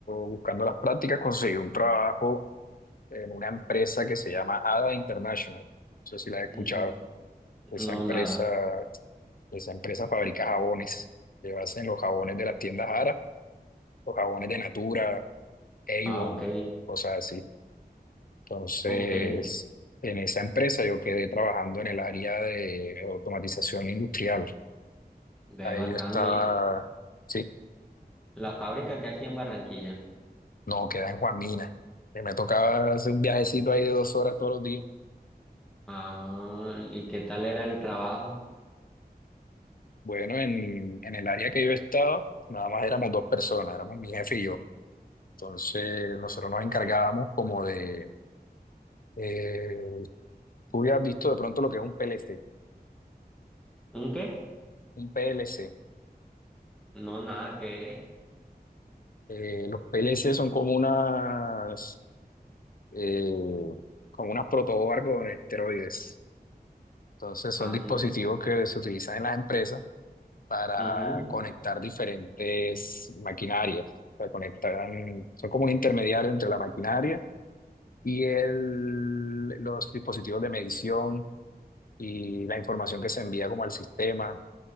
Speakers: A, on the left; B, in the centre.
A: buscando las prácticas conseguí un trabajo en una empresa que se llama ADA International. No sé si la has escuchado.
B: Ujú.
A: Esa
B: no,
A: empresa,
B: nada.
A: esa empresa fabrica jabones. Ellos hacen los jabones de las tiendas Ara, los jabones de Natura, Avon,
B: Ah, ok,
A: cosas así. Entonces,
B: ok,
A: en esa empresa yo quedé trabajando en el área de automatización industrial.
B: ve
A: Ahí
B: bacano.
A: yo estaba,
B: ¿Y
A: sí,
B: la fábrica que aquí en Barranquilla?
A: no, quedé en Juan Mina. Y Me tocaba hacer un viajecito ahí de dos horas todos los días.
B: Ah, ¿y qué tal era el trabajo?
A: Bueno, en, en el área que yo estaba, nada más éramos dos personas, éramos mi jefe y yo. Entonces, nosotros nos encargábamos como de... eh, tú hubieras visto de pronto lo que es un PLC.
B: ¿Un qué?
A: Un PLC.
B: No, nada que.
A: Eh, los PLC son como unas... eh, como unas protoboard con esteroides. Entonces,
B: Ah,
A: son dispositivos
B: no.
A: que se utilizan en las empresas para
B: mhm
A: conectar diferentes maquinarias. O sea, conectan, son como un intermediario entre la maquinaria y el, los dispositivos de medición y la información que se envía como al sistema.